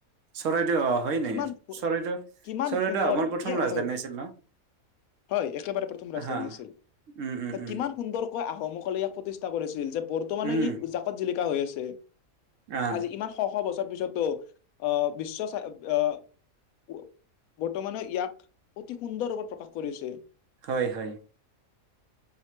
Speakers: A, on the right; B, on the left.
A: চৰাইদেউ অ' হয়
B: কিমান
A: নে?
B: সু-
A: চৰাইদেউ-
B: কিমান
A: চৰাইদেউ
B: সুন্দৰ
A: আমাৰ প্ৰথম
B: ইয়াৰ
A: ৰাজধানী
B: হয়
A: আছিল ন'?
B: হয়। একেবাৰে প্ৰথম ৰাজধানী
A: হা
B: আছিল।
A: উম উম
B: তাক
A: উম
B: কিমান সুন্দৰ কৈ আহোমকলে ইয়াক প্ৰতিষ্ঠা কৰিছিল, যে বৰ্তমানেও
A: উম
B: ই জাকত জিলিকা হৈ আছে। ছে।
A: আহ
B: আজি- ইমান শ-শ বছ ৰ পিছতো অ' বিশ্ব স্বা- অ' বৰ্তমানে ইয়াক অতি সুন্দৰ ৰূপত প্ৰকাশ কৰিছে।
A: হয় - হয়।